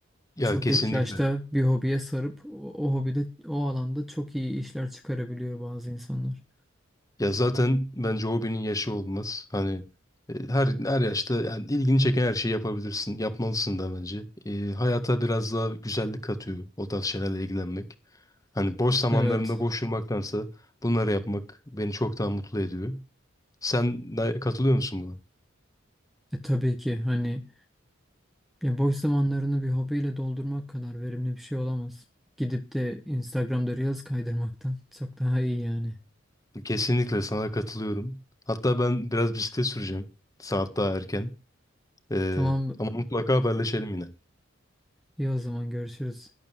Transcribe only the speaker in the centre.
Çok
geç yaşta bir hobiye sarıp o, o hobide o alanda çok iyi işler çıkarabiliyor bazı insanlar.
Evet.
E tabii ki hani ya boş zamanlarını bir hobiyle doldurmak kadar verimli bir şey olamaz. Gidip de Instagram'da Reels kaydırmaktan çok daha iyi yani.
Tamam,
iyi o zaman görüşürüz.